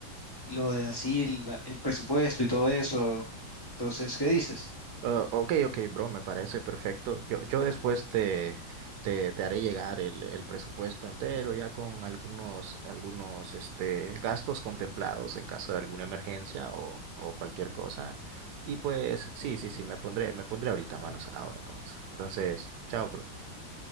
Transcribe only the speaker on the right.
Ah, ok, ok, bro, me parece perfecto. Yo, yo después te, te, te haré llegar el, el presupuesto entero, ya con algunos, algunos este, gastos contemplados en caso de alguna emergencia o, o cualquier cosa. Y pues, sí, sí, sí, me pondré, me pondré ahorita manos a la obra con eso. Entonces, chao, bro.